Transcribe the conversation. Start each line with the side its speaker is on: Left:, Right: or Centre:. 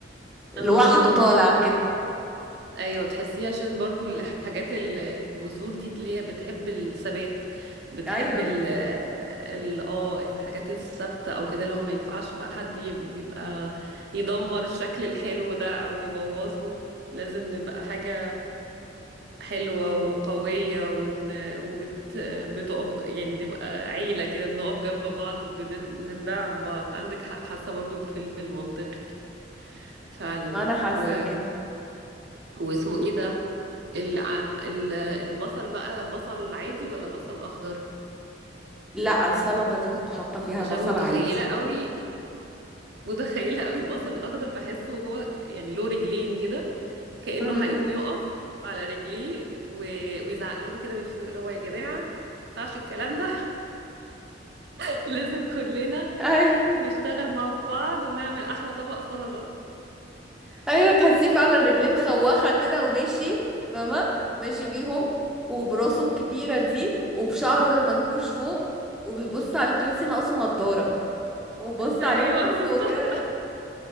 Centre: لوحده
Right: اه
Centre: طالع كده
Right: ايوه تحسيه عشان برضو الحاجات ال- الجذور دي اللي هي بتحب الثبات بتحب
Centre: ايوه
Right: ال ال- اه الحاجات الثابته او كده اللي هو ما ينفعش بقى حد يب- يبقى يدمر الشكل الحلو ده او يبوظه لازم نبقى حاجه حلوه وقويه ون وبت بتقف ج- يعني نبقى عيله كده بنقف جنب بعض وبندعم بعض عندك حق حاسه برضو في في المنطقي فعلا
Centre: ما انا حاسه
Right: و
Centre: كده
Right: واسمه ايه ده ال- عن- ال- البصل بقى بصل عادي ولا بصل اخضر
Centre: لا السلطه دي كنت حاطه فيها
Right: عشان
Centre: بصل
Right: متخيله
Centre: عادي
Right: قوي متخيله قوي البصل الاخضر بحسه هو يعني له رجلين كده كانه
Centre: امم
Right: هيقوم يقف على رجليه و... ويزعق لهم كده من فوق اللي هو يا جماعه ما ينفعش الكلام ده <laughs> لازم كلنا
Centre: ايوه
Right: نشتغل مع بعض ونعمل احلى طبق سلطه
Centre: ايوه تحسيه فعلا رجليه مخوخه كده وماشي فاهمه ماشي بيهم وبراسه الكبيره دي وبشعره اللي منكوش فوق وبيبص عليهم تحسي ناقصه نضاره وبص
Right: ايوه
Centre: عليهم من فوق
Right: بالظبط
Centre: كده